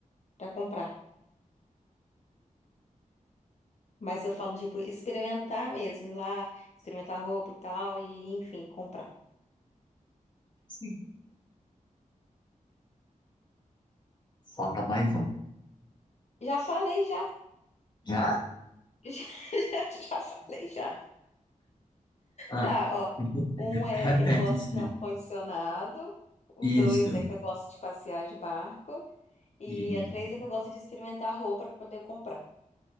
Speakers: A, on the left; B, on the left.
A: pra comprar. Mas eu falo, tipo, experimentar mesmo, ir lá, experimentar roupa e tal, e enfim, comprar.
B: Sim. Falta mais um.
A: Já falei, já. <laughs>
B: Já?
A: Já, já, já falei, já.
B: Ah,
A: Tá, ó.
B: <laughs>
A: Um é
B: repete
A: eu gosto
B: os
A: de ar-condicionado. O
B: Isso,
A: dois é que eu gosto de passear de barco. E
B: isso.
A: a três é que eu gosto de experimentar roupa para poder comprar.